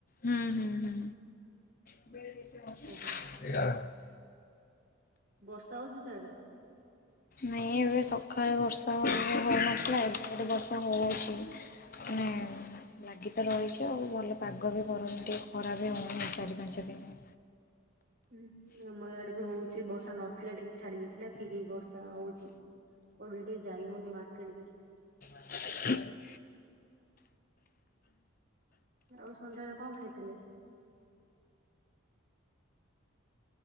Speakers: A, on the left; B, on the right.
A: ହୁଁ ହୁଁ ହୁଁ। <inaudible>
B: ଓହୋ।
A: <inaudible>
B: ବର୍ଷା ହଉଚି ସିଆଡୁ?
A: ନାଇଁ ଏବେ ସକାଳେ ବର୍ଷା ହେ ହେଉନଥିଲା ଏବେ ଏପଟେ ବର୍ଷା ହେଉଚି। ମାନେ ଲାଗି ତ ରହିଛି ଆଉ ଭଲ ପାଗ ବି କରୁନି ଟିକେ ଖରା ବି ହୋଉନି ଚାରି ପାଞ୍ଚ ଦିନ।
B: ହୁଁଁ ଆମ ଏଆଡେ ବି ହଉଚି ବର୍ଷା ନଥିଲା ଟିକେ ଛାଡି ଯାଇଥିଲା ଫେରି ହେଇ ବର୍ଷା ହଉଚି। କୋଉଠି ଟିକେ ଯାଇ ହଉନି ମାର୍କେଟ ବି।
A: <inaudible>
B: ଆଉ ସନ୍ଧ୍ୟାବେଳେ କଣ ଖାଇଥିଲେ?